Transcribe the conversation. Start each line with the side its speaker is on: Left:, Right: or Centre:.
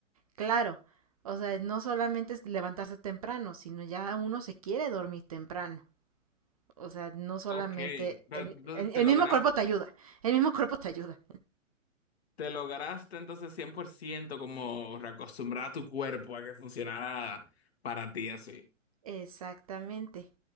Right: Claro, o sea, no solamente es levantarse temprano, sino ya uno se quiere dormir temprano. O sea, no solamente
Left: Ok, pero
Right: el,
Left: tú
Right: el,
Left: te
Right: el
Left: logras,
Right: mismo cuerpo te ayuda, el mismo cuerpo te ayuda.
Left: te lograste entonces 100% como reacostumbrar a tu cuerpo a que funcionara para ti así.
Right: Exactamente.